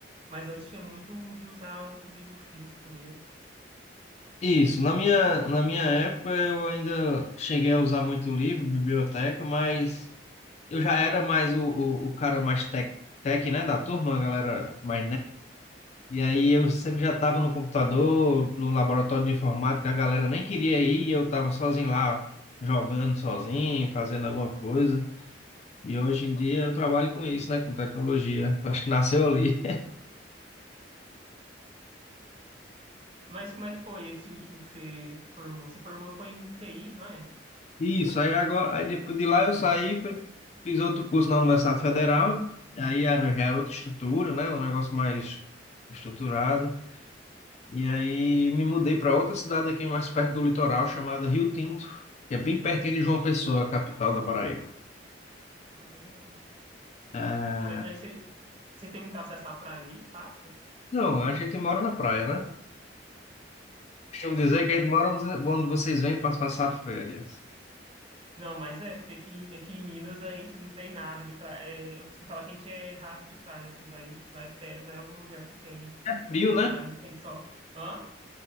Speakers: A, on the right; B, on the left.
A: Mas antes tinha muito de usar o, o livro físico mesmo.
B: Isso, na minha, na minha época eu ainda cheguei a usar muito livro, biblioteca, mas eu já era mais o, o, o cara mais tech, tech, né, da turma, a galera mais nerd. E aí eu sempre já estava no computador, no laboratório de informática, a galera nem queria ir e eu estava sozinho lá, jogando sozinho, fazendo alguma coisa. E hoje em dia eu trabalho com isso, né, com tecnologia. Acho que nasceu ali.
A: Mas como é que foi esse último que você formou? Você formou foi em TI, não é?
B: Isso, aí agora, aí depois de lá eu saí, fui, fiz outro curso na Universidade Federal, aí era, já era outra estrutura, né? Um negócio mais estruturado. E aí me mudei para outra cidade aqui mais perto do litoral, chamada Rio Tinto, que é bem pertinho de João Pessoa, a capital da Paraíba.
A: Ah, legal.
B: Ah,
A: Aí aí você, vocês têm muito acesso à praia aí? Fácil?
B: não, a gente mora na praia, né? Costumo dizer que a gente mora onde onde vocês vêm para passar férias.
A: Não, mas é, porque aqui, aqui em Minas a gente não tem nada de praia. É, eu costumo falar que a gente é rato de praia, assim, vai, vai férias, vai em algum lugar que tem,
B: Frio,
A: tem
B: né?
A: praia, a gente tem só. Hã?